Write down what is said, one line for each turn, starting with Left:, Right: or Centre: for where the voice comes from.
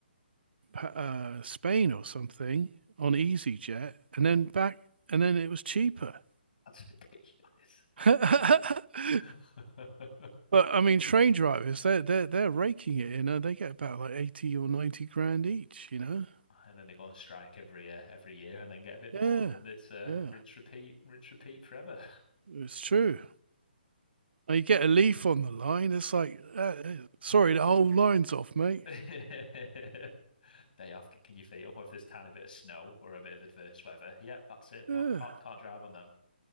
Right: uh, Spain or something on EasyJet and then back, and then it was cheaper.
Left: that's ridiculous.
Right: <laughs> And
Left: <laughs>
Right: But I mean, train drivers, they're they're they're raking it, you know. They get about like 80 or 90 grand each, you know.
Left: And then they go on strike every uh, every year and then get a bit more.
Right: Yeah,
Left: And it's uh,
Right: yeah,
Left: rinse, repeat, rinse, repeat forever.
Right: it's true. Now you get a leaf on the line, it's like, uh, uh, sorry,
Left: <laughs>
Right: the whole line's off, mate.
Left: Day off, kicking your feet up, or if there's a tiny bit of snow or a bit of adverse weather. Yep, that's it. No,
Right: Yeah.
Left: can't can't drive on them.